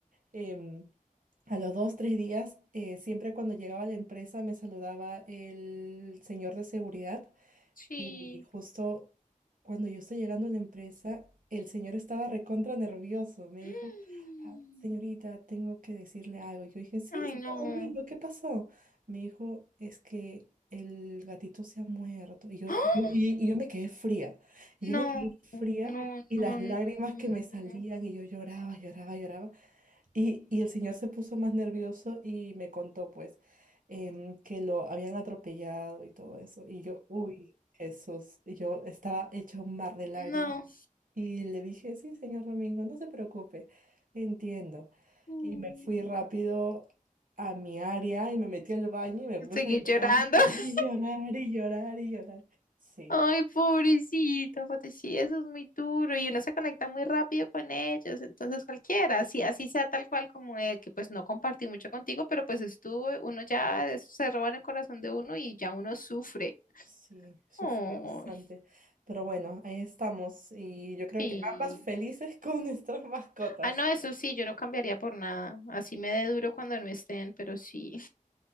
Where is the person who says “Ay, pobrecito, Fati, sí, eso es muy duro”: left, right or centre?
Left